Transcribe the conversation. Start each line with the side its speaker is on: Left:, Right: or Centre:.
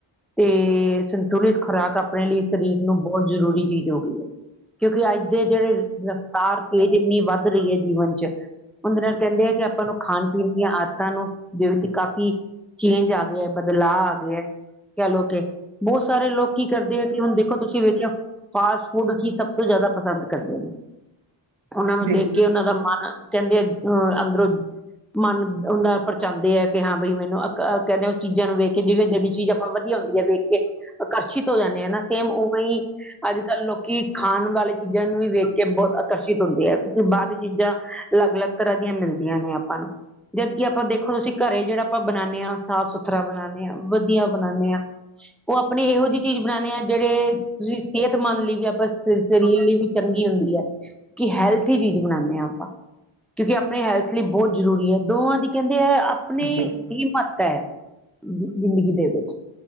Centre: ਤੇ ਸੰਤੁਲਿਤ ਖੁਰਾਕ ਆਪਣੇ ਲਈ ਸਰੀਰ ਨੂੰ ਬਹੁਤ ਜ਼ਰੂਰੀ ਚੀਜ਼ ਹੋ ਗਈ ਏ। ਕਿਉਂਕਿ ਅੱਜ ਦੇ ਜੇੜੇ ਰਫਤਾਰ ਤੇਜ਼ ਏਨੀ ਵੱਧ ਰਈ ਐ ਜੀਵਨ ਚ ਉਂਦੇ ਨਾਲ ਕੈਂਦੇ ਆਂ ਕਿ ਆਪਾਂ ਨੂੰ ਖਾਣ-ਪੀਣ ਦੀਆਂ ਆਦਤਾਂ ਨੂੰ ਦੇ ਵਿੱਚ ਕਾਫ਼ੀ ਚੇਂਜ ਆ ਗਿਆ ਬਦਲਾਅ ਆ ਗਿਆ ਐ। ਚੱਲ ਓਕੇ, ਬੋਤ ਸਾਰੇ ਲੋਕ ਕੀ ਕਰਦੇ ਏ ਕਿ ਹੁਣ ਦੇਖੋ ਤੁਸੀਂ ਵੇਖਿਆ ਫਾਸਟ-ਫੂਡ ਹੀ ਸਭ ਤੋਂ ਜਾਦਾ ਪਸੰਦ ਕਰਦੇ ਨੇ, ਓਨਾਂ ਨੂੰ
Right: ਬਿਲਕੁਲ
Centre: ਦੇਖ ਕੇ ਓਨਾਂ ਦਾ ਮਨ ਕੈਦੇ ਆ ਅਹ ਅੰਦਰੋਂ ਮਨ ਉਂਦਾ ਪਰਚਾਂਦੇ ਆ। ਕਿ ਹਾਂ ਬਈ ਮੈਨੂੰ ਅਹ ਕੈਂਦੇ ਓ ਚੀਜ਼ਾਂ ਨੂੰ ਵੇਖ ਕੇ ਜਿਵੇਂ ਜੇੜੀ ਚੀਜ਼ ਆਪਾਂ ਵਧੀਆ ਹੁੰਦੀ ਐ ਵੇਖ ਕੇ ਆਕਰਸ਼ਿਤ ਹੋ ਜਾਂਨੇ ਆਂ ਨਾ ਸੇਮ ਓਵੇ ਈ ਅੱਜ-ਕੱਲ ਲੋਕੀ ਖਾਣ ਵਾਲੇ ਚੀਜ਼ਾਂ ਨੂੰ ਵੀ ਵੇਖ ਕੇ ਬੋਤ ਆਕਰਸ਼ਿਤ ਹੁੰਦੇ ਆ‌ ਕਿਉਂਕਿ ਬਾਰ ਦੀ ਚੀਜ਼ਾਂ ਲੱਗ-ਲੱਗ ਤਰ੍ਹਾਂ ਦੀਆਂ ਮਿਲਦੀਆਂ ਨੇ ਆਪਾਂ ਨੂੰ ਜਦਕਿ ਆਪਾਂ ਦੇਖੋ ਤੁਸੀਂ ਕਰੇ ਜੇੜਾ ਆਪਾਂ ਬਣਾਂਣੇ ਆਂ ਸਾਫ਼-ਸੁਥਰਾ ਬਣਾਣੇ ਆਂ ਵਧੀਆ ਬਣਾਣੇ ਆਂ ਓ ਆਪਣੀ ਏਹੋ ਜੀ ਚੀਜ਼ ਬਣਾਣੇ ਆਂ ਜੇੜੇ ਤੁਸੀਂ ਸਿਹਤਮੰਦ ਲਈ ਵੀ ਆਪਾਂ ਸ ਸਰੀਰ ਲਈ ਵੀ ਚੰਗੀ ਹੁੰਦੀ ਐ। ਕਿ ਹੈਲਥੀ ਚੀਜ਼ ਬਣਾਣੇ ਆਂ ਆਪਾਂ, ਕਿਉਂਕਿ ਆਪ ਆਪਣੇ ਹੈਲਥ ਲਈ ਬੋਤ ਜ਼ਰੂਰੀ ਏ। ਦੋਵਾਂ ਦੀ ਕੈਂਦੇ ਐ ਆਪਣੀ
Right: ਦੇਖੀਏ ਬਿਲਕੁਲ
Centre: ਹਿੰਮਤ ਏ। ਜ਼ਿੰਦਗੀ ਦੇ ਵਿੱਚ,